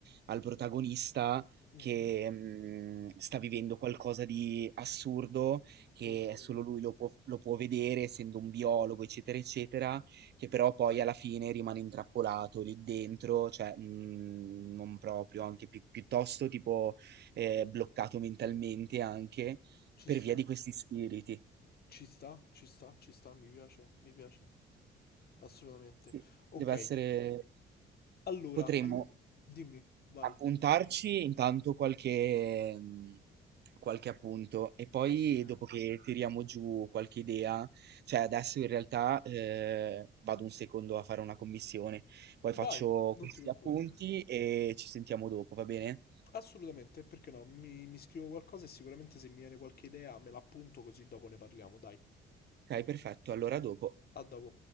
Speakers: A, on the right; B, on the left.
A: al protagonista
B: Mhm,
A: che mh, sta vivendo qualcosa di assurdo, che
B: Ok,
A: solo lui lo può, lo può vedere, essendo un biologo, eccetera, eccetera, che però poi alla fine rimane intrappolato lì dentro, cioè, mh, non proprio, anche pi- piuttosto tipo eh, bloccato mentalmente anche
B: ci
A: per
B: sta,
A: via di questi spiriti.
B: ci sta, ci sta, ci sta, mi piace, mi piace. Assolutamente.
A: Sì.
B: Ok,
A: Deve essere
B: allora,
A: potremmo
B: allora, dimmi, vai.
A: appuntarci intanto qualche mhmm, qualche appunto e poi
B: Assolutamente.
A: dopo che tiriamo giù qualche idea cioè adesso in realtà, ehm, vado un secondo a fare una commissione, poi
B: Vai,
A: faccio
B: non
A: questi
B: ti preoccupare.
A: appunti e ci sentiamo dopo, va bene?
B: Assolutamente, perché no? Mi, mi scrivo qualcosa e sicuramente se mi viene qualche idea me l'appunto così dopo ne parliamo, dai.
A: Okay, perfetto, allora a dopo.
B: A dopo.